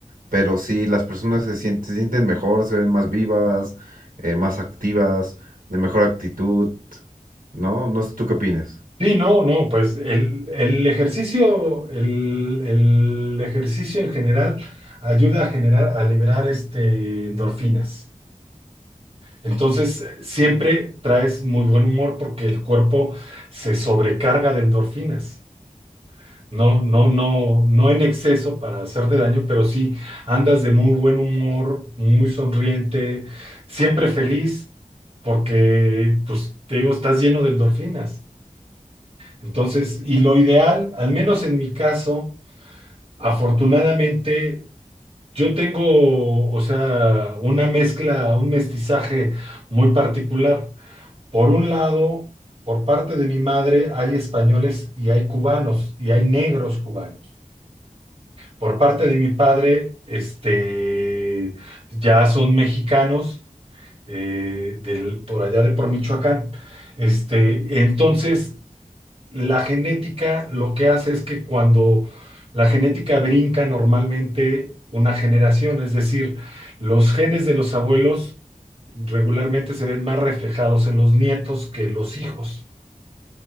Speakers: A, on the right (about 80°); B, on the right (about 45°).
A: pero sí las personas se sienten, se sienten mejor, se ven más vivas, eh, más activas, de mejor actitud, ¿no? No sé tú qué opinas.
B: Sí, no, no, pues el, el ejercicio, el, el ejercicio en general ayuda a generar, a liberar este, endorfinas. Entonces, eh, siempre traes muy buen humor porque el cuerpo se sobrecarga de endorfinas. No, no, no, no en exceso para hacerte daño, pero sí andas de muy buen humor, muy sonriente, siempre feliz, porque, pues, te digo, estás lleno de endorfinas. Entonces, y lo ideal, al menos en mi caso, afortunadamente, yo tengo, o sea, una mezcla, un mestizaje muy particular. Por un lado, por parte de mi madre hay españoles y hay cubanos y hay negros cubanos. Por parte de mi padre, este, ya son mexicanos eh, del- por allá de por Michoacán. Este, entonces, La genética lo que hace es que cuando la genética brinca normalmente una generación, es decir, los genes de los abuelos regularmente se ven más reflejados en los nietos que en los hijos.